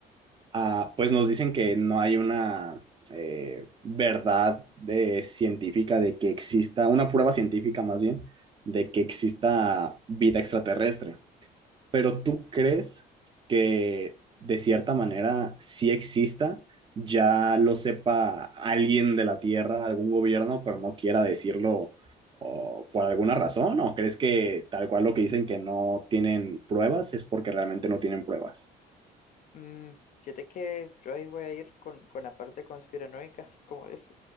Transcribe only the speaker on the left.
Mm, fíjate que yo ahí voy a ir con, con la parte conspiranoica, <laughs> como es,